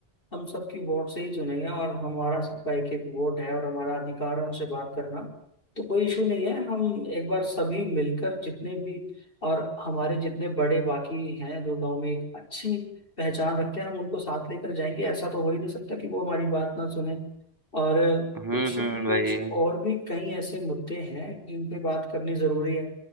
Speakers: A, on the left (about 60°); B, on the right (about 20°).
A: हम सबकी वोट से ही चुने गए हैं और हमारा सबका एक एक वोट है और हमारा अधिकार है उनसे बात करना तो कोई इशू नहीं है हम एक बार सभी मिलकर जितने भी और हमारे जितने बड़े बाकी हैं जो गांव में एक अच्छी पहचान रखते हैं हम उनको साथ लेकर जाएंगे ऐसा तो हो ही नहीं सकता कि वो हमारी बात ना सुने और
B: हम्म
A: कुछ
B: हम्म
A: कुछ
B: वही
A: और भी कई ऐसे मुद्दे हैं जिन पे बात करनी जरूरी है